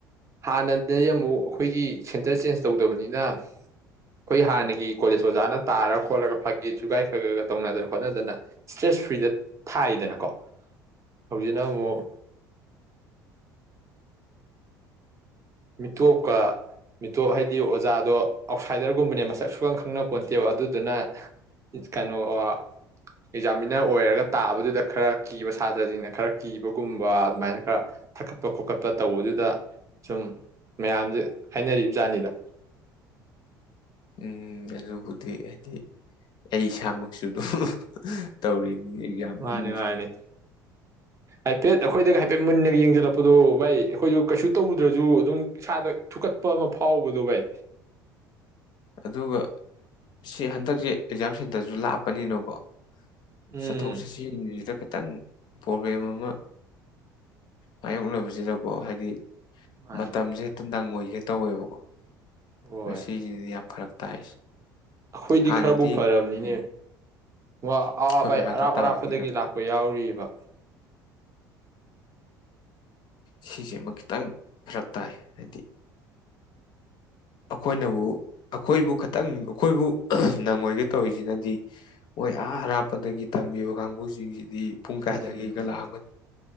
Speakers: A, on the right; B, on the left.
A: ꯍꯥꯟꯅꯗꯒꯤ ꯑꯃꯨꯛ ꯑꯩꯈꯣꯏꯒꯤ ꯁꯦꯟꯇꯔ ꯆꯦꯟꯖ ꯇꯧꯗꯕꯅꯤꯅ ꯑꯩꯈꯣꯏ ꯍꯥꯟꯅꯒꯤ ꯀꯣꯂꯦꯖ ꯑꯣꯖꯥꯅ ꯇꯥꯔ ꯈꯣꯠꯂꯒ ꯐꯒꯦ ꯁꯨꯒꯥꯏ ꯈꯔ ꯈꯒ ꯇꯧꯅꯗꯅ ꯈꯣꯠꯅꯗꯅ ꯏꯁꯇ꯭ꯔꯦꯁ ꯐ꯭ꯔꯤꯗ ꯊꯥꯏꯗꯅꯀꯣ ꯍꯧꯖꯤꯛꯅ ꯑꯃꯨꯛ ꯃꯤꯇꯣꯞꯀ ꯃꯤꯇꯣꯞ ꯍꯥꯏꯗꯤ ꯑꯣꯖꯥꯗꯣ ꯑꯥꯎꯠꯁꯥꯏꯗꯔꯒꯨꯝꯕꯅꯦ ꯃꯁꯛ ꯁꯨꯈꯪ ꯈꯪꯅ ꯄꯣꯟꯠꯇꯦꯕ ꯑꯗꯨꯗꯨꯅ ꯀꯩꯅꯣ ꯑꯦꯛꯖꯥꯃꯤꯅꯔ ꯑꯣꯏꯔꯒ ꯇꯥꯕꯗꯨꯗ ꯈꯔ ꯀꯤꯕ ꯁꯥꯇ꯭ꯔꯁꯤꯡꯅ ꯈꯔ ꯀꯤꯕꯒꯨꯝꯕ ꯑꯗꯨꯃꯥꯏꯅ ꯈꯔ ꯊꯥꯀꯠꯄ ꯈꯣꯠꯀꯠꯄ ꯇꯧꯕꯗꯨꯗ ꯁꯨꯝ ꯃꯌꯥꯝꯁꯦ ꯍꯥꯏꯅꯔꯤꯕꯖꯥꯅꯤꯗ
B: ꯎꯝ ꯑꯗꯨꯕꯨꯗꯤ ꯍꯥꯏꯗꯤ ꯑꯩ ꯏꯁꯥꯃꯛꯁꯨ ꯑꯗꯨꯝ ꯇꯧꯔꯤꯅꯤ ꯌꯥꯝ
A: ꯃꯥꯅꯤ
B: ꯅꯨꯡꯉ
A: ꯃꯥꯅꯤ ꯍꯥꯏꯐꯦꯠ ꯑꯩꯈꯣꯏꯗꯒ ꯍꯥꯏꯐꯦꯠ ꯃꯨꯟꯅꯒ ꯌꯦꯡꯁꯤꯜꯂꯛꯄꯗꯣ ꯚꯥꯏ ꯑꯩꯈꯣꯏꯗ ꯀꯩꯁꯨ ꯇꯧꯗ꯭ꯔꯁꯨ ꯑꯗꯨꯝ ꯏꯁꯥꯗ ꯊꯨꯀꯠꯄ ꯑꯃ ꯐꯥꯎꯕꯗꯣ ꯚꯥꯏ
B: ꯑꯗꯨꯒ ꯁꯤ ꯍꯟꯗꯛꯁꯦ ꯑꯦꯛꯖꯥꯝ ꯁꯦꯟꯇꯔꯁꯨ ꯂꯥꯞꯄꯅꯤꯅꯀꯣ
A: ꯎꯝ
B: ꯆꯠꯊꯣꯛ ꯆꯠꯁꯤꯁꯤꯗ ꯈꯤꯇꯪ ꯄ꯭ꯔꯣꯕ꯭ꯂꯦꯝ ꯑꯃ ꯃꯥꯌꯣꯛꯅꯕꯁꯤꯗꯀꯣ ꯍꯥꯏꯗꯤ
A: ꯃꯥꯅꯤ
B: ꯃꯇꯝꯁꯦ
A: ꯃꯥꯅꯤ
B: ꯍꯦꯛꯇ ꯅꯪꯉꯣꯏ ꯍꯦ ꯇꯧꯋꯦꯕꯀꯣ
A: ꯍꯣꯏ
B: ꯃ ꯁꯤ ꯆꯅꯤ ꯐꯔꯛ ꯇꯥꯏꯁꯦ
A: ꯑꯩꯈꯣꯏꯗꯤ
B: ꯍꯥꯟꯅꯗꯤ
A: ꯈꯔꯕꯨ ꯐꯔꯕꯅꯤꯅꯦ ꯋꯥ
B: ꯑꯩꯈꯣꯏ
A: ꯑꯥ ꯑꯥ
B: ꯃꯅꯥꯛꯇ
A: ꯏ ꯑꯔꯥꯞ
B: ꯇꯥꯕꯅꯤꯅ
A: ꯑꯔꯥꯞꯄꯗꯒꯤ ꯂꯥꯛꯄ ꯌꯥꯎꯔꯤꯕ
B: ꯁꯤꯁ ꯑꯃ ꯈꯤꯇꯪ ꯐꯔꯛ ꯇꯥꯏ ꯍꯥꯏꯗꯤ ꯑꯩꯈꯣꯏꯅꯕꯨ ꯑꯩꯈꯣꯏꯕꯨ ꯈꯤꯇꯪ ꯑꯩꯈꯣꯏꯕꯨ ꯅꯪꯉꯣꯏꯒꯦ ꯇꯧꯔꯤꯁꯤꯅꯗꯤ ꯃꯣꯏ ꯑꯥ ꯑꯔꯥꯞꯄꯗꯒꯤ ꯇꯝꯃꯤꯕ ꯀꯥꯡꯕꯨ ꯃꯣꯏꯁꯤꯡꯁꯤꯗꯤ ꯄꯨꯡ ꯀꯥꯏꯗꯒꯤꯒ
A: ꯎꯝ
B: ꯂꯥꯛꯑꯝꯒꯅꯤ